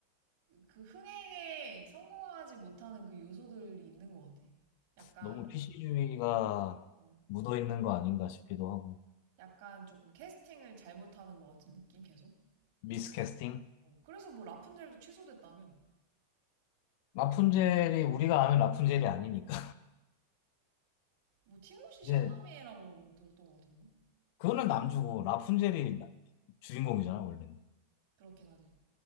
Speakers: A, on the right (about 50°); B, on the left (about 45°).
A: 그 흥행에 성공하지 못하는 그 요소들이 있는 것 같아. 약간,
B: 너무 PC주의가
A: 어,
B: 묻어 있는 거 아닌가 싶기도 하고.
A: 약간 조금 캐스팅을 잘못하는 것 같은 느낌, 계속.
B: 미스캐스팅?
A: 어, 그래서 뭐 라푼젤도 취소됐다며.
B: 라푼젤이 우리가 아는 라푼젤이 아니니까.
A: 뭐 티모시
B: <laughs>
A: 샬라메라고
B: 이제
A: 들었던 것 같은데.
B: 그거는 남주고 라푼젤이 나- 주인공이잖아 원래는.
A: 그렇긴 하지.